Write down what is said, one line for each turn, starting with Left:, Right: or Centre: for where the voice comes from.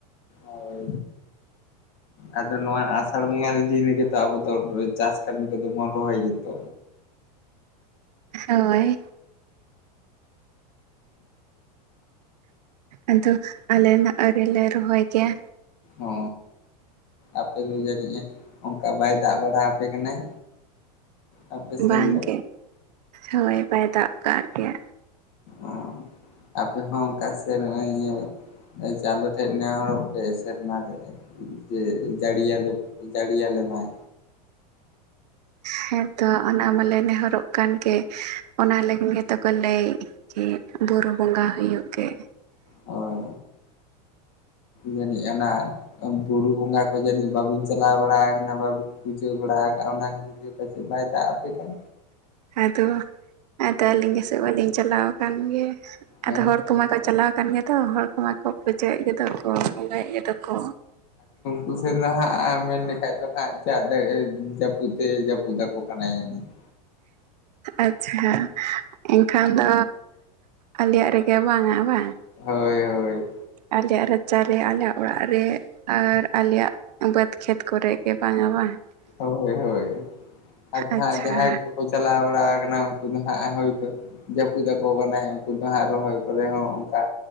Left: ᱦᱚᱭ ᱟᱫᱚ ᱱᱚᱣᱟ ᱟᱥᱟᱲ ᱵᱚᱸᱜᱟ ᱨᱮ ᱫᱤᱱ ᱨᱮᱜᱮᱛᱚ ᱟᱵᱚ ᱫᱚ ᱪᱟᱥ ᱠᱟᱹᱢᱤ ᱠᱚᱫᱚ ᱵᱚᱱ ᱨᱚᱦᱚᱭ ᱜᱮᱫᱚ
Right: ᱦᱳᱭ ᱟᱫᱚ ᱟᱞᱮ ᱢᱟ ᱟᱣᱨᱤ ᱞᱮ ᱨᱚᱦᱚᱭ ᱜᱮᱭᱟ
Left: ᱚ ᱟᱯᱮ ᱫᱚ ᱡᱟᱹᱱᱤᱡ ᱚᱱᱠᱟ ᱵᱟᱭ ᱫᱟᱜ ᱵᱟᱲᱟ ᱟᱯᱮ ᱠᱟᱱᱟᱭ ᱟᱯᱮ ᱥᱮᱱ
Right: ᱵᱟᱝᱜᱮ
Left: ᱫᱚ
Right: ᱦᱳᱭ ᱵᱟᱭ ᱫᱟᱜ ᱠᱟᱜ ᱜᱮᱭᱟ
Left: ᱚ ᱟᱯᱮ ᱦᱚᱸ ᱚᱱᱠᱟ ᱥᱮ ᱱᱚᱜᱼᱚᱭ ᱤᱭᱟᱹ ᱪᱟᱸᱫᱚ ᱴᱷᱮᱡ ᱱᱮᱦᱚᱨᱚᱜ ᱯᱮ ᱥᱮᱨᱢᱟ ᱨᱮ ᱡᱮ ᱡᱟᱹᱲᱤ ᱭᱟᱞᱮ ᱡᱟᱹᱲᱤ ᱭᱟᱞᱮ ᱢᱟᱭ
Right: ᱦᱮᱸᱛᱚ ᱚᱱᱟ ᱢᱟᱞᱮ ᱱᱮᱦᱚᱨᱚᱜ ᱠᱟᱱ ᱜᱮ ᱚᱱᱟ ᱞᱟᱹᱜᱤᱫ ᱜᱮᱛᱚ ᱠᱚ ᱞᱟᱹᱭ ᱩᱸᱜ ᱵᱩᱨᱩ ᱵᱚᱸᱜᱟ ᱦᱩᱭᱩᱜ ᱜᱮ
Left: ᱦᱳᱭ ᱡᱟᱹᱱᱤᱡ ᱟᱱᱟᱜ ᱵᱩᱨᱩ ᱵᱚᱸᱜᱟ ᱠᱚ ᱡᱟᱹᱱᱤᱡ ᱵᱟᱵᱤᱱ ᱪᱟᱞᱟᱣ ᱵᱟᱲᱟ ᱟᱠᱟᱱᱟ ᱵᱟᱵᱤᱱ ᱯᱩᱡᱟᱹ ᱵᱟᱲᱟ ᱟᱠᱟᱜ ᱚᱱᱟ ᱠᱷᱟᱹᱛᱤᱨ ᱛᱮ ᱵᱟᱥᱮᱡ ᱵᱟᱭ ᱫᱟᱜ ᱟᱯᱮ ᱦᱮᱸ
Right: ᱟᱫᱚ ᱟᱫᱚ ᱟᱹᱞᱤᱧ ᱜᱮᱥᱮ ᱵᱟᱹᱞᱤᱧ ᱪᱟᱞᱟᱣ ᱟᱠᱟᱱ ᱜᱮ
Left: ᱦᱮᱸ
Right: ᱟᱫᱚ ᱦᱚᱲ
Left: ᱦᱮᱸ
Right: ᱠᱚ ᱢᱟᱠᱚ ᱪᱟᱞᱟᱣ ᱟᱠᱟᱱ ᱜᱮ ᱛᱚ ᱦᱚᱲ ᱠᱚ ᱢᱟᱠᱚ ᱯᱩᱡᱟᱹᱭ ᱮᱫ ᱜᱮᱫᱚ ᱠᱚ ᱵᱚᱸᱜᱟᱭ ᱮᱫ ᱜᱮᱫᱚ ᱠᱚ
Left: ᱟᱠᱩ ᱥᱮ ᱫᱚ ᱦᱟᱸᱜ ᱢᱮᱱ ᱞᱮᱠᱟᱱᱡ ᱫᱚ ᱦᱟᱸᱜ ᱪᱟᱜ ᱫᱚᱭ ᱡᱟᱹᱯᱩᱫ ᱡᱟᱹᱯᱩᱫ ᱟᱠᱚ ᱠᱟᱱᱟᱭ ᱡᱟᱹᱱᱤᱡ ᱠᱤ
Right: ᱟᱪᱷᱟ ᱮᱱᱠᱷᱟᱱ ᱫᱚ ᱟᱞᱮᱭᱟᱜ ᱨᱮᱜᱮ ᱵᱟᱝ ᱟ ᱵᱟᱝ
Left: ᱦᱳᱭ ᱦᱳᱭ
Right: ᱟᱞᱮᱭᱟᱜ ᱨᱟᱪᱟᱨᱮ ᱟᱞᱮᱭᱟᱜ ᱚᱲᱟᱜ ᱨᱮ ᱟᱨ ᱟᱞᱮᱭᱟᱜ ᱵᱟᱹᱫᱽ ᱠᱷᱮᱛ ᱠᱚᱨᱮ ᱜᱮ ᱵᱟᱝ ᱟ ᱵᱟᱝ
Left: ᱦᱳᱭ ᱦᱳᱭ ᱟᱫᱚ
Right: ᱟᱪᱪᱷᱟ
Left: ᱦᱟᱸᱜ ᱡᱟᱦᱟᱸ ᱠᱚᱠᱚ ᱪᱟᱞᱟᱣ ᱵᱟᱲᱟ ᱟᱠᱟᱱᱟ ᱩᱱᱠᱩ ᱫᱚ ᱦᱟᱸᱜ ᱦᱳᱭᱛᱚ ᱡᱟᱹᱯᱩᱫ ᱟᱠᱚ ᱠᱟᱱᱟᱭ ᱩᱱᱠᱩ ᱫᱚ ᱦᱟᱸᱜ ᱨᱚᱦᱚᱭ ᱠᱚ ᱨᱮ ᱦᱚᱸ ᱚᱱᱠᱟ